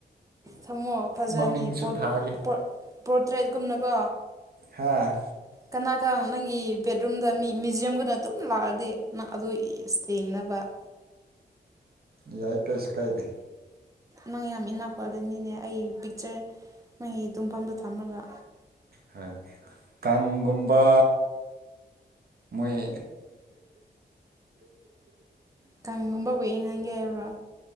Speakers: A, on the right; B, on the right.
A: ꯊꯝꯃꯣ ꯐꯖꯅꯤ
B: ꯃꯃꯤꯡꯁꯨ
A: ꯄꯣꯠ
B: ꯊꯥꯒꯦ
A: ꯄꯣꯠ ꯄꯣꯔꯇ꯭ꯔꯦꯠꯀꯨꯝꯅꯀꯣ
B: ꯍꯥꯥ
A: ꯀꯅꯥꯈꯪ ꯅꯪꯒꯤ ꯕꯦꯠꯔꯨꯝꯗ ꯃꯤ ꯃ꯭ꯌꯨꯖꯤꯌꯝꯒꯅ ꯑꯗꯨꯝ ꯂꯥꯛꯑꯗꯤ ꯅꯪ ꯑꯗꯨ ꯏꯁ ꯌꯦꯡꯅꯕ ꯑꯟꯑꯣꯗꯤꯕꯜ
B: ꯌꯥꯏ ꯀꯩꯁ ꯀꯥꯏꯗꯦ
A: ꯅꯪ ꯌꯥꯝ ꯏꯟꯅ ꯈꯣꯜꯂꯅꯤꯅꯦ ꯑꯩ ꯄꯤꯛꯆꯔ ꯅꯪꯒꯤ ꯇꯨꯝꯐꯝꯗ ꯊꯝꯃꯒ
B: ꯍꯣꯏ ꯀꯥꯡꯒꯨꯝꯕ ꯃꯣꯏ
A: ꯀꯥꯡꯒꯨꯝꯕꯕ ꯋꯦꯡꯍꯟꯒꯦ ꯍꯥꯏꯕ꯭ꯔꯥ